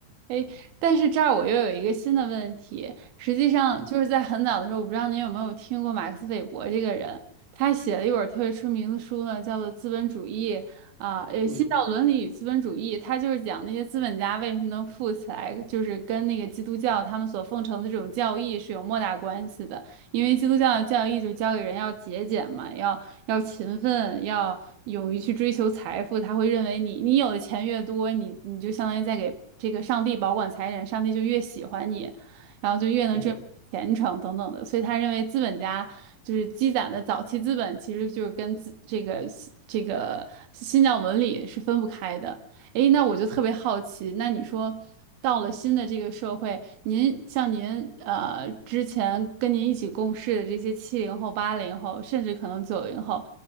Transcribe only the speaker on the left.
嗯
嗯，
对，